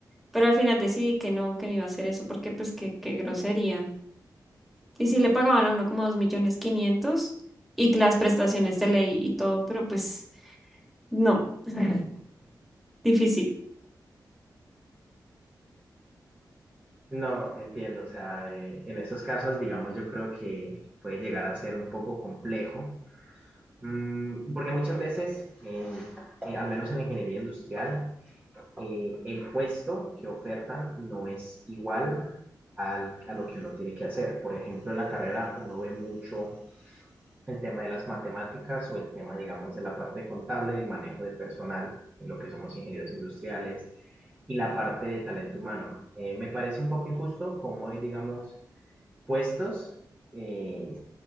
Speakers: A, in the centre; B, on the right.
A: pero al final decidí que no, que no iba a hacer eso, porque pues qué, qué grosería. Y sí le pagaban a uno como dos millones quinientos y las prestaciones de ley y todo, pero pues no, <laughs> difícil,
B: No, entiendo, o sea, eh, en esos casos, digamos, yo creo que puede llegar a ser un poco complejo, Mm, porque muchas veces, en- eh, al menos en la ingeniería industrial, eh, el puesto que ofertan no es igual al, a lo que uno tiene que hacer. Por ejemplo, en la carrera uno ve mucho el tema de las matemáticas o el tema, digamos, de la parte contable, el manejo de personal, en lo que somos ingenieros industriales, y la parte de talento humano. Eh, me parece un poco injusto cómo hoy digamos, puestos, eh,